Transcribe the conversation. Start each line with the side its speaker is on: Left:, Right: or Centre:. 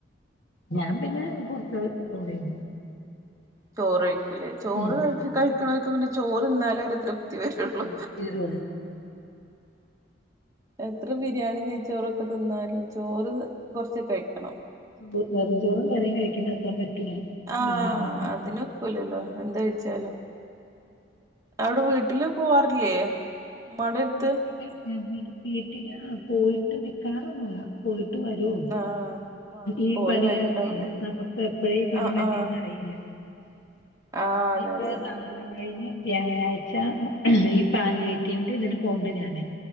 Left: ഞാൻ പിന്നെ കൊറച്ച് ചോറെയ്ക്കും
Right: ചോറ് കഴിക്കൂല്ലേ ചോറ്
Left: ഉം.
Right: കഴിക്ക്ണോൽക്ക് പിന്നെ ചോറ്ന്നാലെ ഒരു തൃപ് ത്തി വരുള്ളൂ
Left: കുറച്ച് ചോറേ ഉള്ളൂ.
Right: എത്ര ബിരിയാണി നെയ്ച്ചോറൊക്കെ തിന്നാലും ചോറ് കൊറച്ച് കഴിക്കണം
Left: വെ- വെറും ചോറും കറിയും കഴിക്കുന്ന അത്ര പറ്റൂല.
Right: ആഹ
Left: ബിരിയാണി ഒന്നും.
Right: അതിനൊക്കൂലല്ലോ എന്തഴിച്ചാലും അവിടെ വീട്ടില് പോവാറില്ലേ ഉമ്മാടെ അടുത്ത്
Left: വീട്ടില് വീട്ടില് പോയിട്ട് നിക്കാറൊന്നൂല. പോയി ട്ട് വരൊള്ളൂ.
Right: ആഹ് ആഹ്
Left: ഈ
Right: പോയി
Left: പണിയാർഞ്ഞെ
Right: വരുണ്ടാവൂലേ
Left: നമുക്ക് എപ്പഴാ ഈ പണി
Right: ആഹ്
Left: വര്
Right: ആഹ്
Left: നേന്ന് അറിയില്ല. ഉ
Right: ആഹ് അതെ
Left: ഇപ്പൊ
Right: അതെ
Left: <unintelligible> കഴിഞ്ഞ വ്യാഴാഴ്ച്ച ഈ പാലിയേറ്റിവ്ന്റെ ഇതിന് പോവുണ്ട് ഞാന്